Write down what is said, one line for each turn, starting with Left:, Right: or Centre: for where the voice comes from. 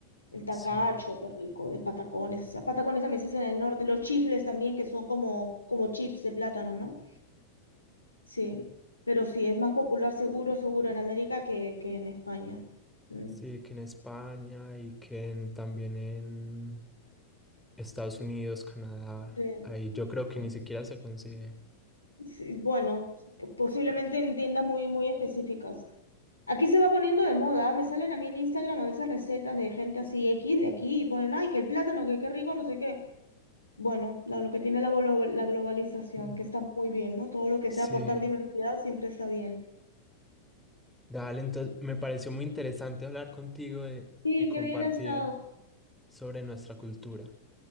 Left: El tacacho,
Centre: sí,
Left: qué rico. El patacones. Ah, Patacones también se hacen en el norte. Los chifles también, que son como, como chips de plátano, ¿no? Sí. Pero sí, es más popular seguro, seguro en América que, que en España. Mm.
Centre: sí, que en España y que en- también en Estados Unidos, Canadá,
Left: Sí,
Centre: ahí yo creo que
Left: sí.
Centre: ni siquiera se concibe.
Left: Sí, bueno, posiblemente en tiendas muy, muy específicas. Aquí se va poniendo de moda. Me salen a mí en Instagram a veces recetas de gente así X de aquí y ponen, ay, que el plátano, que qué rico, no sé qué. Bueno, la- lo que tiene la, glo- la globalización,
Centre: Mm.
Left: que está muy bien, ¿no? Todo lo que
Centre: Sí,
Left: sea aportar diversidad siempre está bien.
Centre: dale, entonces me pareció muy interesante hablar contigo de-
Left: Sí,
Centre: y compartir
Left: qué bien ha estado.
Centre: sobre nuestra cultura.